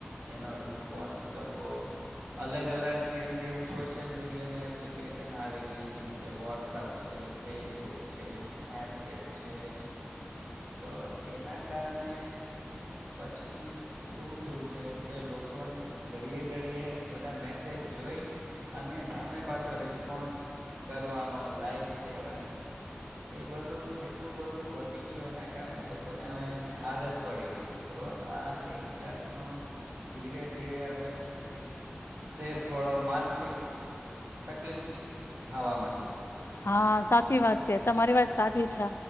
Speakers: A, on the right; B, on the left.
A: એનો રિસ્પોન્સ કરવો, અલગ અલગ જેમ જેમ સોશિયલ મીડિયાની એપ્લિકેશન આવી ગઈ જેમ કે વોટ્સઅપ છે ફેસબુક છે સ્નેપચેટ છે, તો એના કારણે પછી શું થયું છે કે લોકોને ઘડીએ ઘડીએ બધા મેસેજ જોઈ, અને સામે પાછો રિસ્પોન્સ કરવાનો લાઈક દેવાની, એ બધું એટલું બધું વધી ગયું એના કારણે લોકોને હવે એની આદત પડી ગઈ. તો આ એક જાતનો, ધીરે ધીરે હવે એક સ્ટ્રેસ વાળો માનસિક તકલીફ થવા માંડી.
B: હા સાચી વાત છે તમારી વાત સાચી છે,